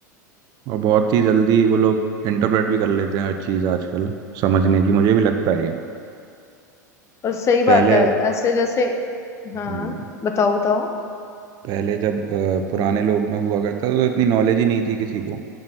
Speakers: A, on the right (about 40°); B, on the left (about 30°).
A: और बहुत ही जल्दी वो लोग इंटरप्रेट भी कर लेते हैं हर चीज़ आजकल समझने की मुझे भी लगता है ये
B: और सही बात
A: पहले
B: है ऐसे जैसे हाँ
A: हम्म,
B: बताओ बताओ
A: पहले जब अ, पुराने लोग में हुआ करता था तो इतनी नॉलेज ही नहीं थी किसी को